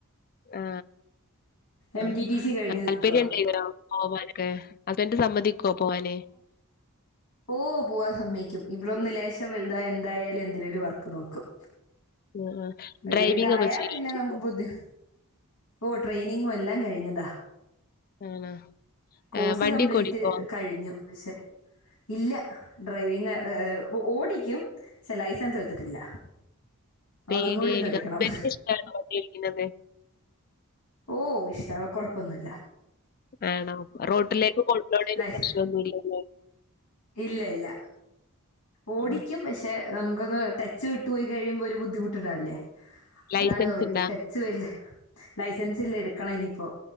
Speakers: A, on the left; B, on the left.
A: ആ ആ
B: എം ടി ടി സി കഴിഞ്ഞ്
A: ആ താല്പര്യം
B: നിൽക്കുക
A: ഉണ്ടയിന്നൊ പോവാനൊക്കെ ഹസ്ബന്റ് സമ്മതിക്കുവോ പോവാനെ
B: ഓഹ് പോവാൻ സമ്മയ്ക്കും ഇവളൊന്ന് ലേശം വലുതായാല് എന്തായാലും എന്തേലൊരു വർക്ക് നോക്കും
A: ആഹ് ആഹ്
B: ഒരുവിധായ
A: ഡ്രൈവിംഗ് ഒക്കെ ചെയ്തിട്ടുണ്ടോ?
B: പിന്നെ നമുക്ക് ബുദ്ധി ഓഹ് ട്രെയിനിങ്ങും എല്ലാം കഴിഞ്ഞതാ
A: ആണോ
B: കോഴ്സ്
A: ഏഹ് വണ്ടിയൊക്കെ
B: കംപ്ലീറ്റ്
A: ഓടിക്കോ?
B: കഴിഞ്ഞു പക്ഷെ ഇല്ല ഡ്രൈവിങ്ങ് എഹ് എഹ് ഒ ഓടിക്കും പക്ഷെ ലൈസൻസ് എടുത്തിട്ടില്ല
A: പേടിയാരിക്കും
B: അതും കൂടി ഒന്ന് എടുക്കണം
A: അത്രയ്ക്കിഷ്ട്ടാണോ വണ്ടിയോടിക്കുന്നത്
B: ഓഹ് ഇഷ്ടാണ് കൊഴപ്പൊന്നുവില്ല
A: ആണോ റോട്ടിലേക്ക് കൊണ്ട്പോണേന്
B: ലൈഫ്
A: പ്രശ്നോന്നും ഇല്ലല്ലേ
B: ഇല്ല ഇല്ല ഓടിക്കും
A: ഉം
B: പക്ഷെ നമുക്കൊന്ന് ടച്ച് വിട്ടുപോയി കഴിയുമ്പോ ഒരു ബുദ്ധിമുട്ടുണ്ടാവില്ലേ
A: ലൈസൻസ്
B: അതാണ് ഇപ്പ പറ്റിയത്
A: ഇണ്ടാ?
B: ടച്ച് വല്താ ലൈസൻസ് ഇല്ല എടുക്കണം ഇനിപ്പോ